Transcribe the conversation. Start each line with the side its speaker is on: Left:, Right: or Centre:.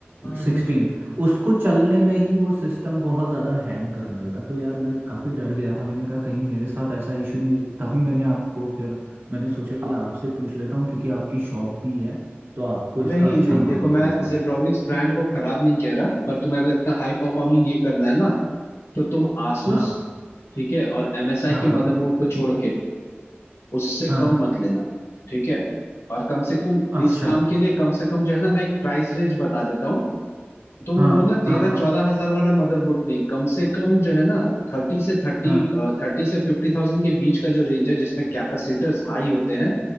Left: हम्म
Right: सिक्सटीन उसको चलने में ही वो सिस्टम बहुत ज़्यादा हैंग करने लगा तो यार मैं काफ़ी डर गया था मैंने कहा कहीं मेरे साथ ऐसा इशू नहीं तभी मैंने आपको फिर मैंने सोचा कि आपसे पूछ लेता हूँ क्योंकि आपकी शॉप भी है तो आपको इसका
Left: नहीं
Right: अच्छा
Left: नहीं
Right: नॉलेज
Left: देखो मैं
Right: होगा
Left: जेब्रॉनिक्स ब्रांड को खराब नहीं कह रहा पर तुम्हें अगर इतना हाई परफॉर्मिंग ये करना है ना तो तुम आसूस
Right: हाँ
Left: ठीक है और एमएसआई
Right: हाँ
Left: के
Right: हाँ
Left: मदरबोर्ड को
Right: ठीक
Left: छोड़
Right: है
Left: के उससे
Right: हाँ
Left: कम
Right: हाँ
Left: मत लेना ठीक है और कम से कम
Right: अच्छा
Left: इस काम के लिए कम से कम जो है ना मैं एक प्राइस रेंज बता देता हूँ तुम
Right: हाँ
Left: वो ना
Right: हाँ
Left: तेरह
Right: हाँ
Left: चौदह हजार वाला मदरबोर्ड नहीं कम से कम जो है ना थर्टी से थर्टी
Right: हाँ
Left: थर्टी से फिफ्टी थाउजेंड के बीच का जो रेंज है जिसमें कैपेसिटर्स हाई होते हैं